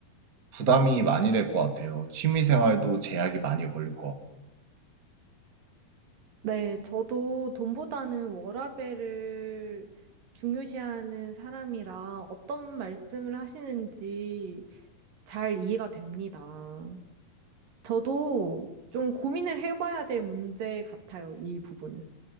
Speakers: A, on the right (about 35°); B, on the right (about 70°).
A: 부담이 많이 될 것 같아요. 취미 생활도 제약이 많이 걸릴 것 같고요.
B: 네, 저도 돈보다는 워라밸을 중요시하는 사람이라 어떤 말씀을 하시는지 잘 이해가 됩니다. 저도 좀 고민을 해봐야 될 문제 같아요, 이 부분은.